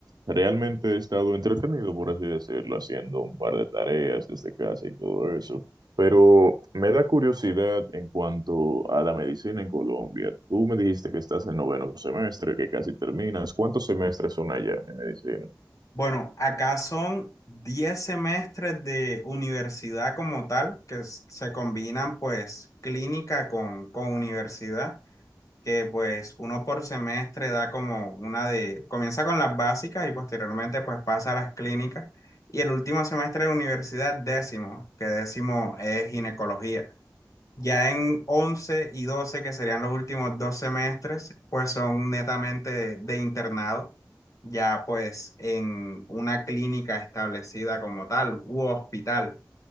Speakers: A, on the right (about 65°); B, on the left (about 50°).
A: realmente he estado entretenido, por así decirlo, haciendo un par de tareas desde casa y todo eso. Pero me da curiosidad en cuanto a la medicina en Colombia. Tú me dijiste que estás en noveno semestre, que casi terminas. ¿Cuántos semestres son allá en medicina?
B: Bueno, acá son 10 semestres de universidad como tal, que s- se combinan pues clínica con, con universidad, que pues uno por semestre da como una de, comienza con las básicas y posteriormente pues pasa a las clínicas. Y el último semestre de universidad, décimo, que décimo es ginecología. Ya en 11 y 12 que serían los últimos dos semestres, pues son netamente de, de internado, ya pues en una clínica establecida como tal u hospital.